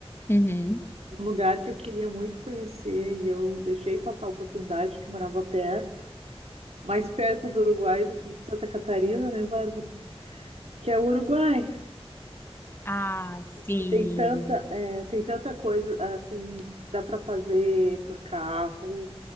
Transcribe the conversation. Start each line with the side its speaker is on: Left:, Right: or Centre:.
Left: uhum.
Right: Um lugar que eu queria muito conhecer e eu deixei passar a oportunidade porque eu morava perto, mais perto do Uruguai do que de Santa Catarina, né, Bárbara? Que é o Uruguai,
Left: Ai, sim.
Right: que tem tanta, é, tem tanta coisa, assim, dá para fazer por carro,